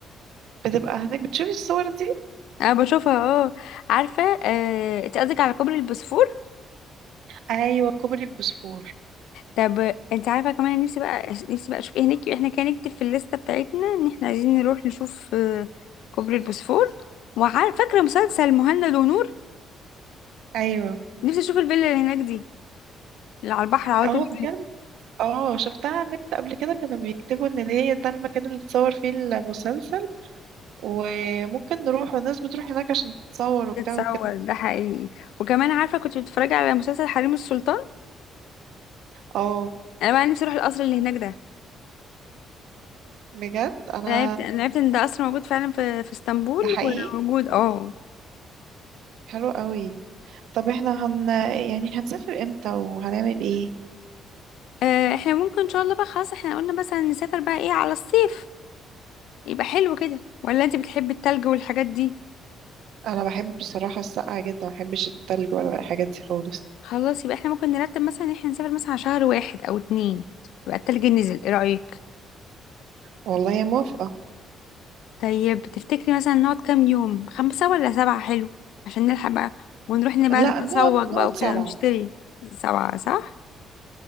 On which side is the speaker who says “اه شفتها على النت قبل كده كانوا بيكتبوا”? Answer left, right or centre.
Right